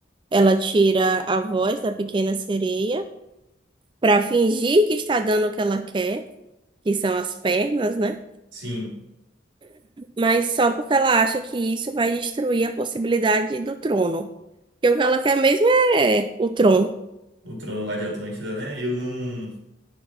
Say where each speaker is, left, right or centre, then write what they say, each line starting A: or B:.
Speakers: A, on the right; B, on the right.
A: Ela tira a voz da pequena sereia pra fingir que está dando o que ela quer, que são as pernas, né?
B: Sim,
A: mas só porque ela acha que isso vai destruir a possibilidade do trono. Porque o que ela quer mesmo é o trono.
B: o trono lá de Atlântida, né? Eu não.